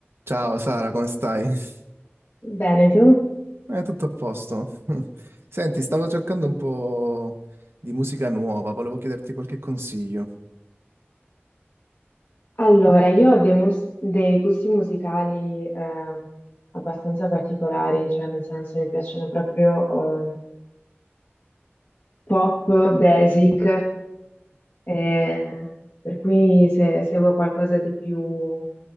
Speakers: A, on the right; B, on the left.
A: Ciao Sara, come stai? <laughs>
B: Bene, tu?
A: Eh, tutto a posto. <laughs> Senti, stavo cercando un po' di musica nuova, volevo chiederti qualche consiglio.
B: Allora, io ho dei, mus- dei gusti musicali eh, abbastanza particolari, cioè nel senso mi piacciono proprio eh, pop, basic, eh, per cui se seguo qualcosa di più